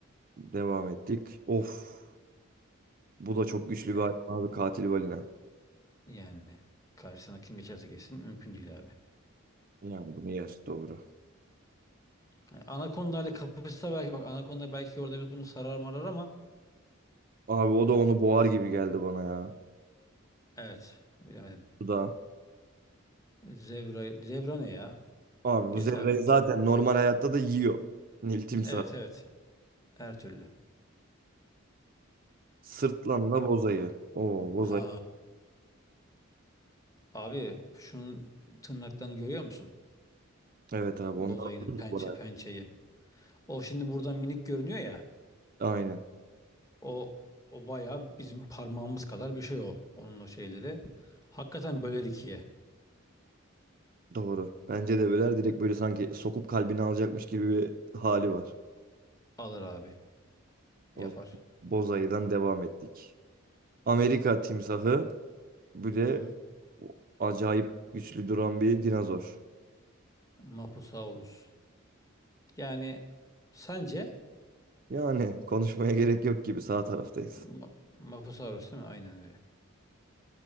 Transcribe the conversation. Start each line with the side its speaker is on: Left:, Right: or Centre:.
Right: Devam ettik. Of bu da çok güçlü bir
Left: Eh,
Right: hayvan abi katil balina.
Left: yani karşısına kim geçerse geçsin mümkün değil abi.
Right: Yani bunu yer doğru.
Left: Hani Anaconda ile kapışsa belki bak Anaconda belki orada biz bunu sarar marar ama
Right: Abi o da onu boğar gibi geldi bana ya.
Left: evet bilemedim.
Right: Bu da.
Left: Zebra, zebra ne ya?
Right: Abi
Left: Geç
Right: bu zebrayı
Left: abi
Right: zaten
Left: tim.
Right: normal hayatta da yiyor. Nil timsah.
Left: Evet evet her türlü.
Right: Sırtlanla bozayı. Oo bozayı.
Left: Ha abi şunun tırnaklarını görüyor musun?
Right: Evet abi
Left: Bozayının
Right: onlar. ucuz
Left: pençe
Right: bu arada.
Left: pençeyi. O şimdi buradan minik görünüyor ya.
Right: Aynen.
Left: O o bayağı bizim parmağımız kadar bir şey o. Onun o şeyleri. Hakikaten böler ikiye.
Right: Doğru. Bence de böyle direkt böyle sanki sokup kalbini alacakmış gibi bir hali var.
Left: Alır abi. Yapar.
Right: O Bozayı'dan devam ettik. Amerika timsahı bir de
Left: Hı hı.
Right: acayip güçlü duran bir dinozor.
Left: Mapusaurus. Yani sence
Right: Yani konuşmaya gerek yok gibi sağ taraftayız.
Left: Ma- Mapusaurus değil mi? Aynen öyle.